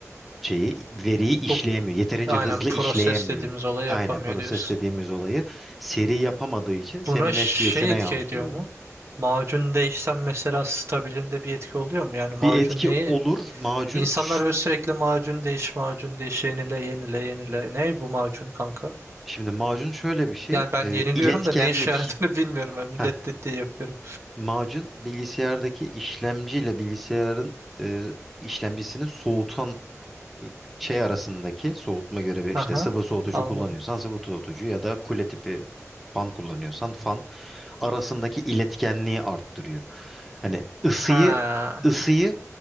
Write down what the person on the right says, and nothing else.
Bu
aynen
proses
dediğimiz olayı
yapamıyor
diyorsun.
Buna şey
etki
ediyor mu?
Macun değişsem mesela stabilinde bir etki oluyor mu? Yani
macun
neyi
İnsanlar
böyle sürekli macun değiş, macun değiş, yenile, yenile, yenile. Ne bu macun kanka?
Yani ben
yeniliyorum
da ne işe yaradığını <laughs> bilmiyorum. Ben millet
dediği yapıyorum.
Aha,
anladım.
Ha,